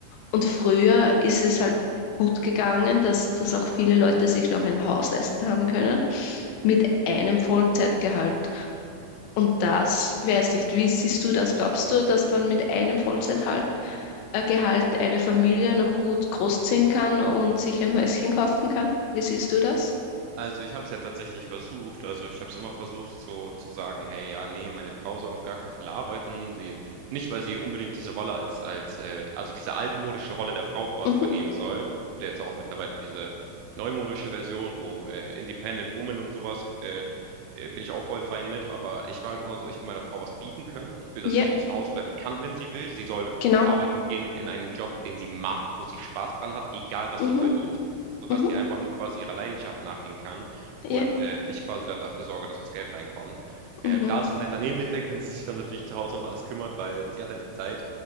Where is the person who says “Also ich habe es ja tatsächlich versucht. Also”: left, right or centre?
Right